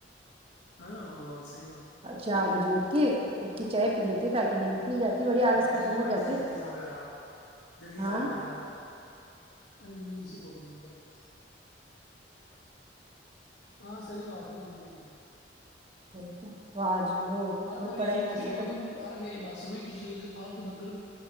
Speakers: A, on the left (about 75°); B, on the right (about 35°).
A: ہ نو سی بات
B: چار اٹھ کے اٹھ کے چائے پی لیتے تاکہ نیند کھل جاتی بڑی آلس
A: بائی
B: ختم
A: چانس
B: ہو
A: بائی
B: جاتے
A: چانس جلدی جاؤ یار آپ جلدی
B: ہاں
A: جاؤ یار آپ ارے بول رہا ہوں مبائی میں ہاں صح بات ہے گھومے تو کیااں
B: ب تو تو آج وہ
A: ارے
B: بہت
A: پ
B: پڑھائی
A: یہ کھچڑی
B: کرتے
A: کو تم ارے میری بات سنو کچی کو ہال تو مت کرو تم